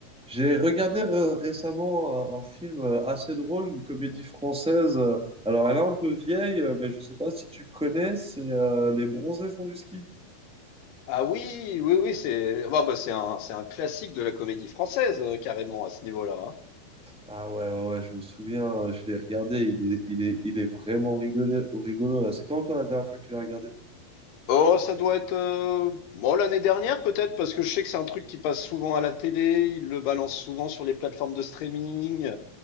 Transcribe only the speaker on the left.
Ah oui, oui, oui, c'est bah, bah, c'est un, c'est un classique de la comédie française, euh, carrément, à ce niveau-là. hein.
Oh, ça doit être euh, bon, l'année dernière peut-être, parce que je sais que c'est un truc qui passe souvent à la télé, ils le balancent souvent sur les plateformes de streaming.